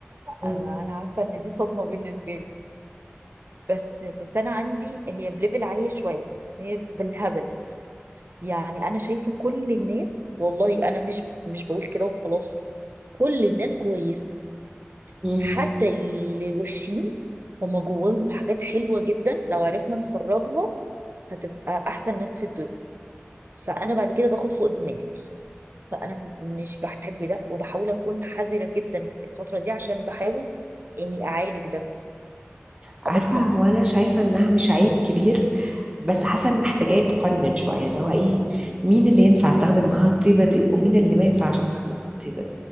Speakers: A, on the right (about 25°); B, on the right (about 55°).
A: مم.
B: آه، أنا عارفة إن دي صدمة بالنسبة لي بس بس أنا عندي هي بليفل عالية شوية هي بالهبل يعني أنا شايفة كل الناس والله أنا مش مش بقول كده وخلاص كل الناس كويسة
A: مم.
B: حتى اللي وحشين هما جواهم حاجات حلوة جدا لو عرفنا نخرجها هتبقى أحسن ناس في الدنيا فأنا بعد كده باخد فوق دماغي فانا مش بحب ده وبحاول اكون حذره جدا الفتره دي عشان بحاول اني اعالج ده
A: عارفه
B: ابطل
A: هو انا شايفه انها مش عيب كبير بس حاسه ان محتاجه يتقنن شويه اللي هو ايه مين اللي ينفع استخدم معاها الطيبه دي ومين اللي ما ينفعش استخدم معاها الطيبه دي